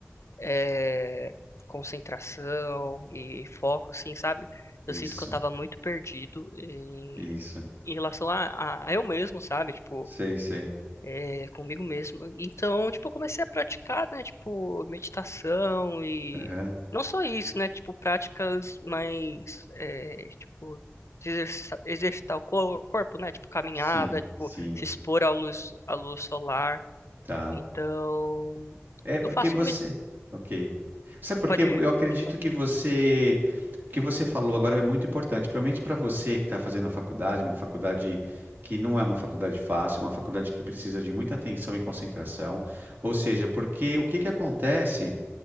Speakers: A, on the left (about 70°); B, on the right (about 40°).
A: eh, concentração e foco, assim, sabe?
B: isso,
A: Eu sinto que eu tava muito perdido em,
B: isso,
A: em relação a, a, a eu mesmo, sabe? Tipo,
B: sei, sei.
A: é, comigo mesmo. Então, tipo, eu comecei a praticar, né, tipo, meditação e
B: Aham,
A: não só isso, né, tipo, práticas mais, é, tipo, de exerci- exercitar o cor- corpo, né, tipo, caminhada,
B: Sim,
A: tipo,
B: sim,
A: se expor à luz, à luz solar.
B: tá.
A: Então,
B: É porque
A: eu faço,
B: você.
A: um med-
B: Ok. Sabe por
A: pode,
B: quê? Eu acredito
A: pode falar.
B: que você. O que você falou agora é muito importante, principalmente para você que está fazendo a faculdade, uma faculdade que não é uma faculdade fácil, uma faculdade que precisa de muita atenção e concentração. Ou seja, porque o que que acontece?